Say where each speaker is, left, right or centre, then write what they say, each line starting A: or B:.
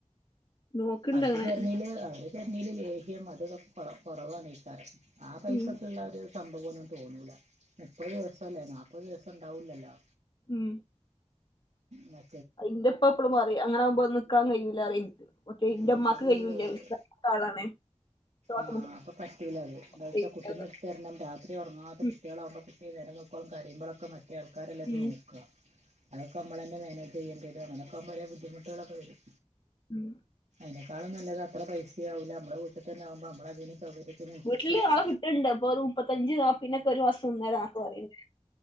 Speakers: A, on the left (about 45°); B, on the right (about 75°).
A: നോക്കണ്ട്
B: അവര്
A: അങ്ങനെ
B: തരണില് അവര് തരണല് ലേഹ്യം െ കൊ കുറവണെക്കാരും ആ പൈസക്ക്‌ള്ള
A: ഉം
B: ഒരു സംഭവംഒന്നും തോന്നൂല മുപ്പത് ദിവസംല്ലേ നാപ്പത് ദിവസം ഉണ്ടാവൂല്ലല്ലോ
A: ഉം
B: അ
A: അത് ഇന്റെ ഉപ്പ എപ്പളും പറയും അങ്ങനെ ആവുമ്പോ നിക്കാൻ കഴിയു ല്ല പറയും ഒറ്റേ ഇന്റെ
B: ഉം,
A: ഉമ്മാക്ക്
B: അത്
A: കഴിയൂല്ല വിശദ ആളാണ് ശ്വാസം
B: ആഹ്
A: മുട്ടല്
B: അപ്പ പറ്റൂലാ അത് എന്താച്ച
A: കഴിയൂല
B: കുട്ടിന്നെ ഇടത്തെരണം രാത്രി ഉറങ്ങാത്ത
A: ഉം
B: കുട്ടികളാകുമ്പോൾ കുട്ടിയെ നേരം വെളുക്കോളാം കയുമ്പോഴൊക്കെ മറ്റേ ആൾക്കാരെല്ലെ അത്
A: ഉം
B: നോക്കുക അതൊക്കെ നമ്മൾ ന്നെ മാനേജ് ചെയ്യേണ്ടി വരും അങ്ങനെ ആകുമ്പോൾ കൊറേ ബുദ്ദിമുട്ട്കൾ ഒക്കെ വരും
A: ഉം
B: അതിനേക്കാളും നല്ലത് അത്ര പൈസയാവൂല്ല നമ്മളെ വീട്ട് തന്നാവുമ്പം നമ്മളതിന് സൗകര്യത്തിനനുസരിച്ചൊക്കെ
A: വീട്ടില് ആൾ കിട്ടണ്ട് അപ്പൊ മുപ്പത്തഞ്ച് നാപയ്ന് ഒക്കെ ഒരു മാസം നിന്നേരന്നോക്കെ പറയണ്ട്